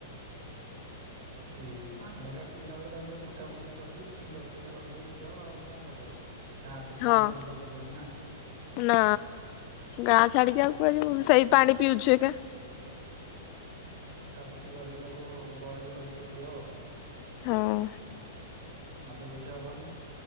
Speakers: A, on the right (about 60°); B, on the left (about 45°).
A: ଆଚ୍ଛା। ତ ପିଇ ପାଣି ଏକା ପିଇଲା ବେଳେ ତାକୁ ଟିକେ ଫୁଟା ଫୁଟି କରି, ଫିଲ୍ଟର ଟିକେ ଲଗେଇ ପିଅ ଆଉ କଣ କରିବ? ଗାଁର ତ ଛାଡିକି
B: ହଁ
A: ଯାଇ ପାରିବନି ନା।
B: ନା ଗାଁ ଛାଡିକି ଆଉ କୁଆଡେ ଯିବୁ। ସେଇ ପାଣି ପିଉଛୁ ଏକା
A: ଫୁଟା ଫୁଟି କରିକି ତାକୁ ବଏଲ୍ କରିକି ପିଅ ଆଉ।
B: ହଁ।
A: ଆଉ ତ କିଛି ହବନି।